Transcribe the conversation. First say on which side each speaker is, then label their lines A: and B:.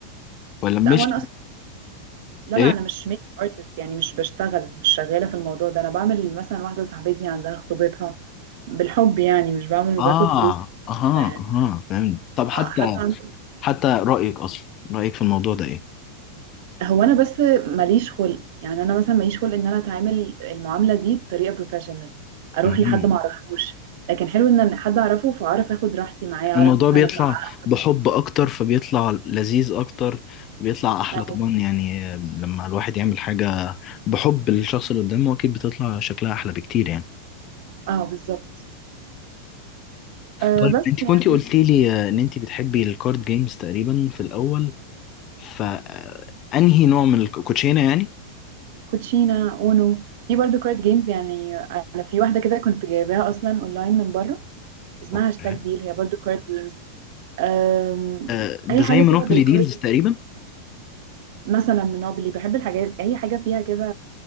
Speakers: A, on the left (about 35°); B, on the right (about 50°).
A: ولا مش
B: لا هو انا لا
A: ايه
B: لا انا مش ميك اب ارتست يعني مش بشتغل مش شغاله في الموضوع ده انا بعمل مثلا واحده صاحبتي عندها خطوبتها بالحب يعني مش بعمل
A: اه
B: وباخد فلوس
A: اها
B: كده يعني
A: اها فهمت طب
B: اه
A: حتى
B: حد عنده
A: حتى رأيك اصلا رأيك في الموضوع ده
B: هو انا بس ماليش خلق يعني انا مثلا ماليش خلق ان انا اتعامل المعامله دي بطريقه بروفيشنال اروح
A: ايه
B: لحد ما اعرفوش لكن حلو ان حد اعرفه فاعرف اخد راحتي معاه
A: الموضوع
B: اعرف مثلا
A: بيطلع
B: أتع-
A: بحب اكتر فبيطلع لذيذ اكتر وبيطلع احلى
B: اه
A: طبعا يعني لما الواحد يعمل حاجة بحب للشخص اللي قدامه اكيد بتطلع شكلها احلى بكتير يعني
B: اه بالظبط آه
A: طيب
B: بس
A: انت
B: يعني
A: كنتي قلتي لي ان انت بتحبي الكارد جيمز تقريبا في الاول فانهي نوع من الكوتشينة يعني
B: كوتشينا اونو في برضو كارد جيمز يعني انا في واحده كده كنت جايباها اصلا اونلاين من بره اسمها
A: اوكي
B: هاشتاج ديل هي برضو كارد جيمز أم،
A: آه، ده
B: اي حاجه
A: زي مونوبولي
B: كده بالكارد
A: ديلز تقريبا
B: مثلا منوبلي بحب الحاجات اي حاجه فيها كده